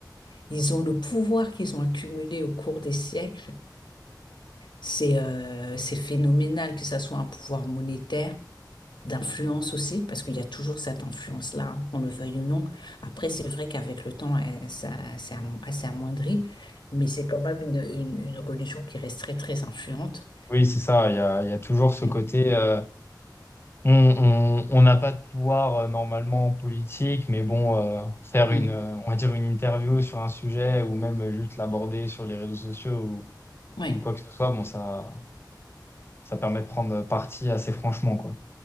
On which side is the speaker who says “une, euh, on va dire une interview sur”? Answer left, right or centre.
Left